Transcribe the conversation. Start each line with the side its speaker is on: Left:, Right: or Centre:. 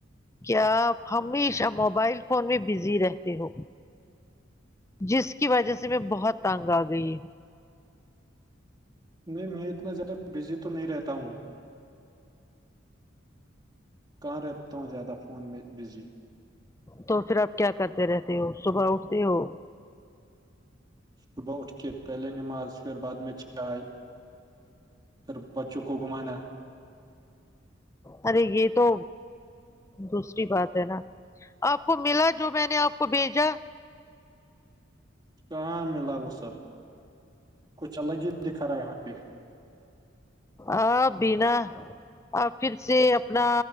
Left: کیا آپ ہمیشہ موبائل فون میں بزی رہتے ہو جس کی وجہ سے میں بہت تنگ آ گئی ہ
Right: نہیں میں اتنا زیادہ بزی تو نہیں رہتا ہوں کہاں رہتا ہوں زیادہ فون میں بزی
Left: تو پھر آپ کیا کرتے رہتے ہو صبح اٹھتے ہو
Right: صبح اٹھ کے پہلے نماراز پھر بعد میں چ گائے پھر بچوں کو گھمانا
Left: ارے یہ تو دوسری بات ہے نا آپ کو ملا جو میں نے آپ کو بھیجا
Right: کااں ملا وہ سب کچھ الگ ہی دکھ رہا ہے یہاں پہ
Left: آ بینا پھر سے اپنا